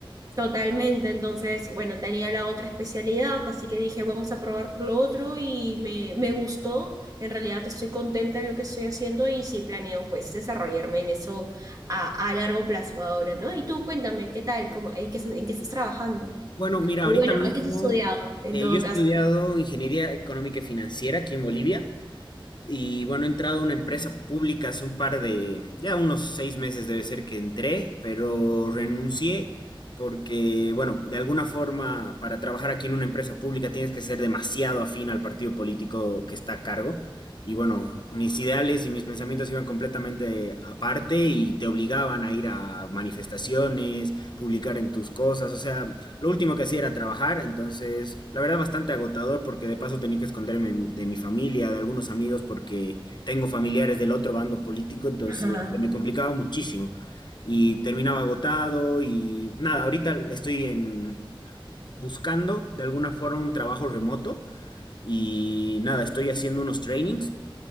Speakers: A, on the right; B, on the left.
A: Totalmente, entonces, bueno, tenía la otra especialidad, así que dije, vamos a probar por lo otro y me, me gustó, en realidad estoy contenta en lo que estoy haciendo y sí planeo pues desarrollarme en eso a, a largo plazo ahora, ¿no? Y tú cuéntame, ¿qué tal? ¿Cómo, en qué, estás- en qué estás trabajando?
B: Bueno, mira, ahorita
A: Bueno,
B: mismo
A: ¿a qué has estudiado en
B: eh,
A: todo
B: yo he estudiado
A: caso?
B: ingeniería económica y financiera aquí en Bolivia. Y bueno, he entrado a una empresa pública hace un par de, ya unos seis meses debe ser que entré, pero renuncié porque, bueno, de alguna forma para trabajar aquí en una empresa pública tienes que ser demasiado afín al partido político que está a cargo. Y bueno, mis ideales y mis pensamientos iban completamente aparte y te obligaban a ir a manifestaciones, publicar en tus cosas, o sea, lo último que hacía era trabajar, entonces la verdad bastante agotador porque de paso tenía que esconderme de mi- de mi familia, de algunos amigos porque tengo familiares del otro bando político, entonces
A: <laughs> Ajá.
B: se me complicaba muchísimo y terminaba agotado y nada, ahorita estoy en buscando de alguna forma un trabajo remoto y nada, estoy haciendo unos trainings